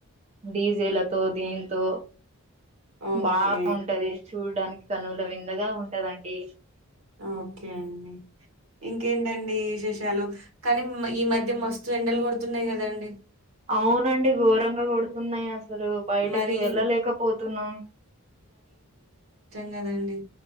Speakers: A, on the right; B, on the right.
A: డీజేలతో దీంతో
B: ఓకే.
A: బాగుంటది చూడ్డానికి కనుల విందుగా ఉంటదండి.
B: ఓకే అండి. ఇంకేంటండి విశేషాలు కానీ మ్ ఈ మధ్య మస్తు ఎండలు కొడుతున్నాయి కదండి.
A: అవునండి ఘోరంగా కొడుతున్నాయి అస అసలు బయటకి
B: మరీ
A: వెళ్ళలేకపోతున్నాం.
B: కదండి.